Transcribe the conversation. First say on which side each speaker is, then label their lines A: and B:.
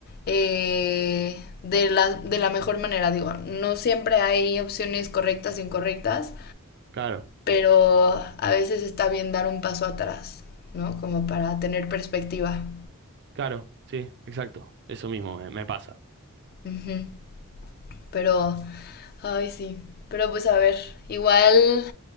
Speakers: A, on the left (about 45°); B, on the right (about 50°).
A: eh, de la, de la mejor manera. Digo, no siempre hay opciones correctas e incorrectas,
B: claro,
A: pero a veces está bien dar un paso atrás, ¿no? Como para tener perspectiva.
B: claro, sí, exacto. Eso mismo me, me pasa.
A: Ujú. Pero, ay, sí. Pero pues a ver, igual